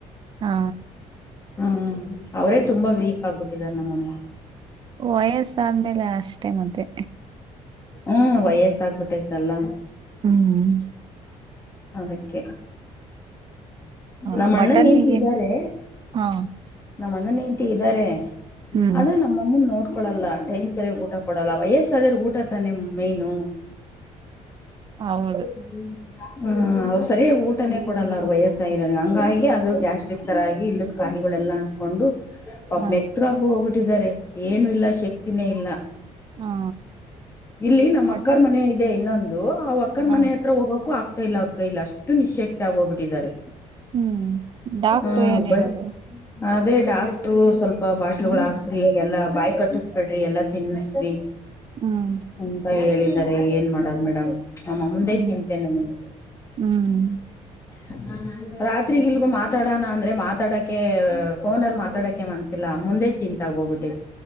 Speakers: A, on the right; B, on the left.
A: ಹಾ
B: ಹ್ಮ್ ಅವರೇ ತುಂಬಾ ವೀಕ್ ಆಗ್ಬಿಟ್ಟಿದ್ದಾರೆ ನಮ್ಮಮ್ಮ.
A: ವಯಸ್ಸಾದ್ಮೇಲೆ ಅಷ್ಟೇ ಮತ್ತೆ.
B: ಹ್ಮ್ ವಯಸ್ಸಾಗ್ಬಿಟ್ಟೈತಲ್ಲ.
A: ಹ್ಮ್
B: ಅದಕ್ಕೆ.
A: ಹ
B: ನಮ್ಮ
A: ಮಟನ್ಗೇನ್
B: ಅಣ್ಣನೇಂಣ್ತಿ ಇದಾರೆ.
A: ಹಾ
B: ನಮ್ಮ ಅಣ್ಣನೇಂಡತಿ ಇದ್ದಾರೆ
A: ಹ್ಮ್
B: ಆದ್ರೆ ನಮ್ಮ ನಮ್ಮನ್ ನೋಡ್ಕೊಲ್ಲಾ ಟೈಮ್ ಸರಿಯ ಊಟ ಕೊಡಲ್ಲ ವಯಸ್ಸ ಆದ್ರಗೂಟ ತಾನೆ ಮೈನು.
A: ಹೌದು
B: <inaudible> ಹ್ಮ ಅವ್ರು ಸರಿಯಾಗಿ ಊಟನೇ ಕೊಡಲ್ಲ ಅವರು ವಯಸ್ಸಾಗಿರೋ ಹಂಗಾಗಿ ಅದು ಗ್ಯಾಸ್ಟ್ರಿಕ್ ತರ ಆಗಿ ಇಲ್ಲ ಕಾಯಿಲುಗಳೆಲ್ಲಾ ಅಂಟ್ಕೊಂಡು ಪಾಪ
A: ಹಾ
B: ಮೆತ್ಗಾಗ್ ಹೋಗ್ಬಿಟ್ಟಿದ್ದಾರೆ. ಏನು ಇಲ್ಲ ಶಕ್ತಿನೇ ಇಲ್ಲ
A: ಹಾ
B: ಇಲ್ಲಿ ನಮ್ಮ್
A: ಬಟ್
B: ಅಕ್ಕರ್ ಮನೆ ಇದೆ ಇನ್ನೊಂದು ದು ಅವಕ್ಕರ್
A: ಹ
B: ಮನೆ ಹತ್ರ ಹೋಗಕು ಆಗ್ತಾ ಇಲ್ಲ ಅವ್ರ ಕೈಲಿ ಅಷ್ಟು ನಿಶ್ಯಕ್ತಿ ಆಗೋಗ್ಬಿಟ್ಟಿದ್ದಾರೆ.
A: ಹ್ಮ್ ಡಾಕ್ಟ್ರ
B: ಹಾ
A: ಏನ್
B: ಬ
A: ಹೇಳುದು
B: ಅದೇ ಡಾಕ್ಟ್ರು ಸ್ವಲ್ಪ ಬಾಟ್ಲುಗಳು ಹಾಕ್ಸ್ರಿಗೆಲ್ಲಾ ಬಾಯಿ ಕಟ್ಟಿಸಬೇಡ್ರಿ ಎಲ್ಲಾ ತಿನ್ಸ್ರಿ.
A: ಹ್ಮ್
B: ಅಂತ ಹೇಳಿದಿದ್ದಾರೆ ಏನ್ ಮಾಡದು ಮೇಡಮ್ ನಮ್ಮಂಮ್ಮುಂದೆ
A: ಹ್ಮ್
B: ಚಿಂತೆ ನನಿಗೆ.
A: ಹ್ಮ್
B: <inaudible> ರಾತ್ರಿಗ ಇಲ್ಗೂ ಮಾತಾಡೋಣ ಅಂದ್ರೆ ಮಾತಾಡಕ್ಕೇ ಫೋನ ಅಲ್ಲಿ ಮಾತಾಡಕ ಮನ್ಸಿಲ್ಲ ಅಮ್ಮುಂದೆ ಚಿಂತಾಗ ಹೋಗಬಿಟ್ಟ